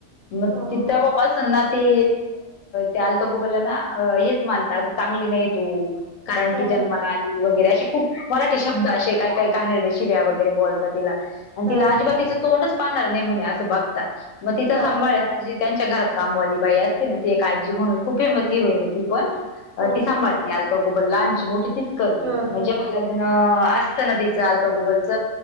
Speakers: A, on the left; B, on the right.
A: मग
B: हो
A: तिथं
B: हो
A: बाबा सन्नाद ते ते अलका कुबलला ना हेच मानतात चांगली नाही तू कारण
B: हा
A: ती जन्माला आली वगैरे अशी खूप मराठी शब्द असे काय काय घाणेरड्या शिव्या वगैरे बोलतात तिला आणि
B: हा
A: तिला आजिबात
B: हा
A: तीच तोंडच पाहणार नाही म्हणे असे बघतात मग तिचा
B: हा
A: सांभाळणारी आजी त्यांच्या घरात कामवाली बाई असते ना ती एक आजी म्हणून खूप फेमस हिरोईन आहे ती पण
B: हो
A: अ ती सांभाळते अलका कुबलला लहानची मोठी तीच करते
B: हा हा
A: मग जेव्हा लग्न अस- -त ना तिचं अलका कुबलच